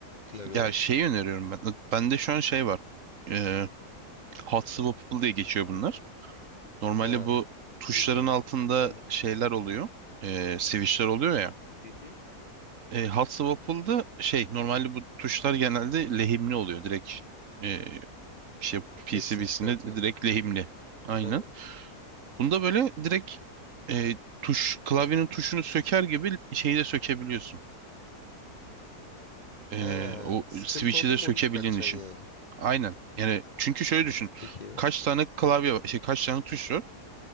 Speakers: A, on the left; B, on the right.
A: klavye
B: ya
A: olarak?
B: şeyi öneriyorum ben. Bende şu an şey var. E, hot swappable diye geçiyor bunlar. Normalde
A: Ha,
B: bu tuşların
A: bilmiyorum.
B: altında
A: Tamam.
B: şeyler oluyor. E, switchler oluyor ya.
A: Hı hı.
B: E, hot swappable'da şey normalde bu tuşlar genelde lehimli oluyor. Direkt e, şey PCB'sine
A: Hepsini çıkartıyorsun.
B: direkt lehimli. Aynen.
A: Tamam.
B: Bunda böyle direkt e, tuş klavyenin tuşunu söker gibi şeyi de sökebiliyorsun. Ee,
A: Ha,
B: o
A: sıkıntı
B: switch'i
A: oldu
B: de
A: mu
B: sökebildiğini
A: onu çıkartacaksın
B: düşün.
A: yani.
B: Aynen. Yani çünkü şöyle düşün.
A: Peki.
B: Kaç tane klavye var, şey kaç tane tuş var?